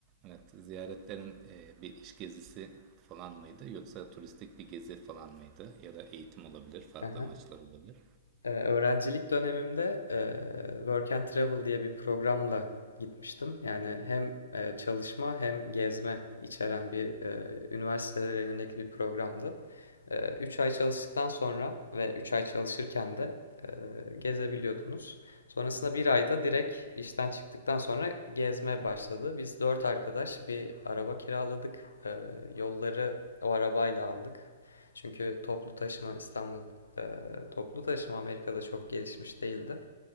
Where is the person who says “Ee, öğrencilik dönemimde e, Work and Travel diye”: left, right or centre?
Left